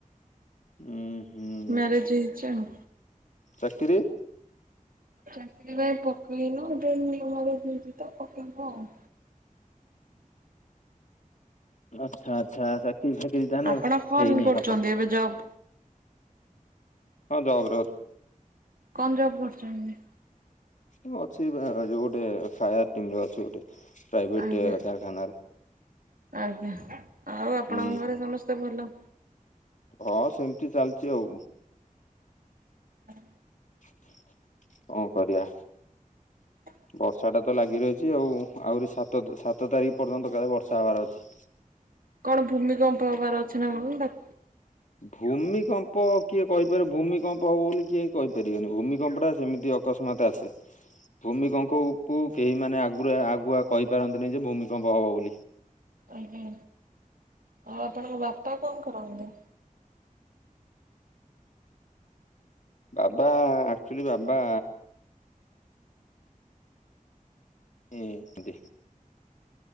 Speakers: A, on the left; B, on the right.
A: ଉଁ, ହୁଁ।
B: ମ୍ୟାରଜ୍ ହେଇଛି ଆଉ।
A: ଚାକିରି?
B: ଚାକିରି ପାଇଁ ପକେଇନୁ ଏବେ ନିୟମ ଏବେ ଚିନଚି ତ ପକେଇବୁ ଆଉ।
A: ଆଚ୍ଛା, ଆଚ୍ଛା, ଆଚ୍ଛା, କି ଚାକିରି ତାହେନେ
B: ଆପଣ କଣ
A: ହେଇନି
B: କରୁଛନ୍ତି
A: ହବ।
B: ଏବେ ଜବ୍?
A: ହଁ ଜବ୍ ରେ ଅଛି।
B: କନ ଜବ୍ କରୁଛନ୍ତି?
A: ମୁଁ ଅଛି ଯୋଉ ଏଁ, ଗୋଟେ ଫାୟାର୍ ଟିମ୍ ରେ ଅଛି ଗୋଟେ। ପ୍ରାଇଭେଟ
B: ଆଜ୍ଞା,
A: କାରଖାନାରେ
B: ଆଜ୍ଞା ଆଉ ଆପଣଙ୍କ
A: ହୁଁ
B: ଘରେ ସମସ୍ତେ ଭଲ?
A: ହଁ ସେମିତି ଚାଲିଚି ଆଉ।
B: ହଁ।
A: ହ କଣ କରିବା?
B: ହ
A: ବର୍ଷାଟା ତ ଲାଗି ରହିଛି ଆଉ, ଆହୁରି ସାତ ସାତ ତାରିଖ ପର୍ଯ୍ୟନ୍ତ କାଳେ ବର୍ଷା ହବାର ଅଛି।
B: କଣ ଭୂମିକମ୍ପ ହବାର ଅଛି ନା କଣ କି ଡା
A: ଭୂମିକମ୍ପ କିଏ କହିପାରିବ, ଭୂମିକମ୍ପ ହବ ବୋଲି କିଏ କହିପାରିବେନି, ଭୂମିକମ୍ପଟା ସେମିତି ଅ କସ୍ମାତ ଆସେ। ଭୂମିକଙ୍କକୁୁ କେହି ମାନେ ଆଗୁରା ଆଗୁଆ କହିପାରନ୍ତିନି ଯେ ଭୂମିକମ୍ପ ହବ ବୋଲି।
B: ଆଜ୍ଞା, ଆଉ ଆପଣଙ୍କ ବାପା କଣ କରନ୍ତି?
A: ବାବା ଆକ୍ଚୁଲି ବାବା ହଁ ଦେ